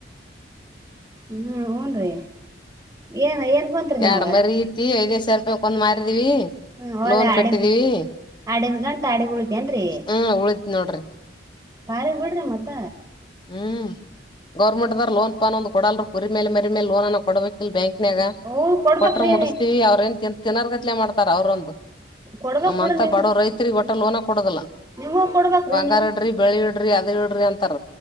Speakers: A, on the right; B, on the left.
A: ಹ್ಮ ಹನ್ರಿ ಏನ್ ಏನ್ ಬಂತರಿ ನಿಮ್ಗ
B: ಎರಡ್ ಮರಿ ಐತಿ ಐದೈದ್ ಸಾವಿರ ರೂಪಾಯಿ ಒಂದ್ ಮಾರಿದೀವಿ
A: ಹ ಒಳ್ಳೆ
B: ಲೋನ್
A: ಅಡ
B: ಕಟ್ಟಿದೀವಿ
A: ಅಡಿನ್ ಗಂಟೆ ಆಡಿಬಳತೇನ್ರೀ
B: ಹ್ಮ್ ಉಳಿತ್ ನೋಡ್ರಿ
A: ಬಾರ ಬಿಡ್ರಿ ಮತ್ತ
B: ಹ್ಮ್ ಗೌರ್ಮೆಂಟ್ ದಾರ ಲೋನ್ ಪನ್ ಒಂದು ಕೊಡಲ್ರು ಕುರಿ ಮೇಲೆ ಮರಿ ಮೇಲೆ ಲೋನನ್ನ ಕೊಬೇಕು ಲ್ ಬ್ಯಾಂಕ್ನಾಗ
A: ಹೂ ಕೊಡ್ಬೇಕ್ರಿ
B: ಕೊಟ್ರ ಮುಡಿಸಸ್ತೀವಿ ಅವ್ರ ಏನ್ ತಿಂತ ತಿಿನರ್ಗಟ್ಲೆ ಮಾಡ್ತಾರ ಅವ್ರೊಂದು
A: ಕೊಡ್ಬೇಕ್
B: ನಮ್ಮಂತ
A: ಬಿಡ್ರಿ ನಿಮ್
B: ಬಡೋ ರೈತ್ರಿ ಒಟ್ಟ ಲೋನ ಕೊಡುದಲ್ಲ
A: ನಿಮಗೂ ಕೊಡ್ಬೇಕ್ರಿ
B: ಬಂಗಾರಡ್ರಿ
A: ನಿಮ್
B: ಬೆಳಿ ಇಡ್ರಿ ಅದ ಇಡ್ರಿ ಅಂತಾರ